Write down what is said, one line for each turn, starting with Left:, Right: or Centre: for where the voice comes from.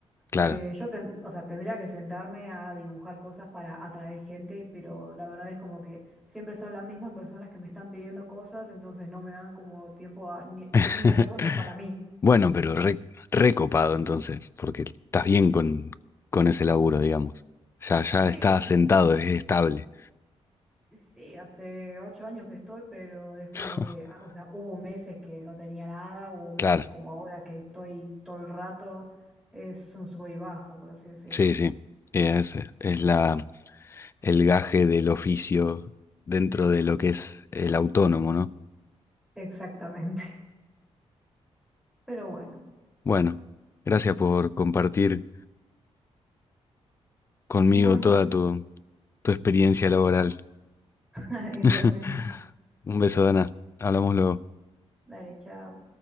Left: claro.
Centre: Eh, yo ten- o sea, tendría que sentarme a dibujar cosas para atraer gente, pero la verdad es como que siempre son las mismas personas que me están pidiendo cosas, entonces no me dan como tiempo a ni,
Left: <laughs>
Centre: ni hacer cosas para mí.
Left: Bueno, pero re, recopado entonces, porque estás bien con, con ese laburo, digamos. Ya, ya
Centre: Sí,
Left: está asentado, es estable.
Centre: sí, hace ocho años que estoy, pero es como
Left: <laughs>
Centre: que, ah, o sea, hubo meses que no tenía nada, hubo meses
Left: Claro,
Centre: como ahora que estoy todo el rato, es un sub y baja, por así decirlo.
Left: sí, sí. Es, es la, el gaje del oficio dentro de lo que es el autónomo, ¿no?
Centre: Exactamente. <laughs> Pero bueno,
Left: Bueno, gracias por compartir conmigo
Centre: igualmente,
Left: toda tu, tu experiencia laboral.
Centre: <laughs> igualmente.
Left: <laughs> Un beso, Dana. Hablamos luego.
Centre: Dale, chao.